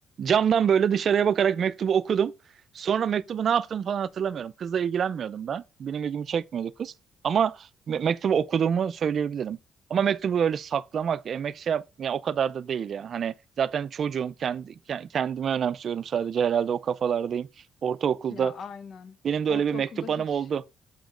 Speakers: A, on the right; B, on the left.
A: camdan böyle dışarıya bakarak mektubu okudum. Sonra mektubu ne yaptım falan hatırlamıyorum. Kızla ilgilenmiyordum ben. Benim ilgimi çekmiyordu kız. Ama me- mektubu okuduğumu söyleyebilirim. Ama mektubu öyle saklamak, emek şey yap, ya o kadar da değil ya. Hani zaten çocuğum, kendi, ke- kendimi önemsiyorum sadece herhalde o kafalardayım. Ortaokulda
B: Ya aynen.
A: benim de
B: Ortaokulda
A: öyle bir mektup
B: hiç
A: anım oldu.